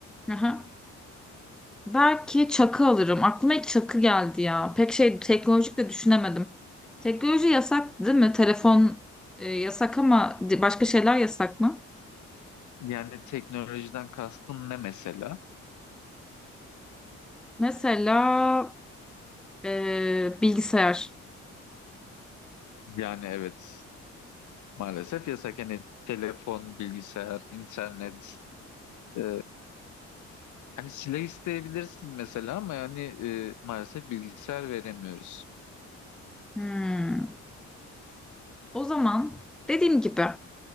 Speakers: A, in the centre; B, on the left (about 75°).
A: Aha. Belki çakı alırım. Aklıma ilk çakı geldi ya. Pek şey teknolojik de düşünemedim. Teknoloji yasak değil mi? Telefon e, yasak ama di- başka şeyler yasak mı?
B: Yani teknolojiden kastın ne mesela?
A: Mesela e, bilgisayar.
B: Yani evet. Maalesef yasak. Hani telefon, bilgisayar, internet. e, hani silah isteyebilirsin mesela ama yani e, maalesef bilgisayar veremiyoruz.
A: Hmm. O zaman dediğim gibi.